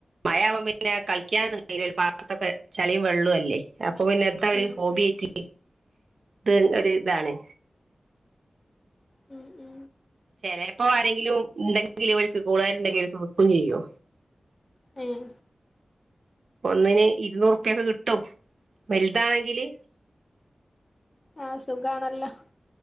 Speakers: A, on the right; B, on the left.
A: മഴ ആകം പിന്നെ കളിക്കാ കയില്ല പാത്തൊക്കെ ചെളിയും വെള്ളവും അല്ലേ അപ്പൊ പിന്നെ എ ഒരു
B: ഉം
A: ഹോബി
B: ഉം
A: ആയിട്ട് ഇത് ഒരു ഇതാണ്
B: മ് മ്മ്
A: ചിലപ്പോ ആരെങ്കിലും ഉണ്ടെങ്കിലുംക്ക് കൂളുകാരുണ്ടെങ്കില ഒക്ക് വിക്കും ചെയ്യോ
B: ഉം
A: ഒന്നിന് ഇരുന്നൂറുപ്യൊക്കെ കിട്ടും വലുതാണെങ്കില്
B: ആഹ സുഖമാണല്ലോ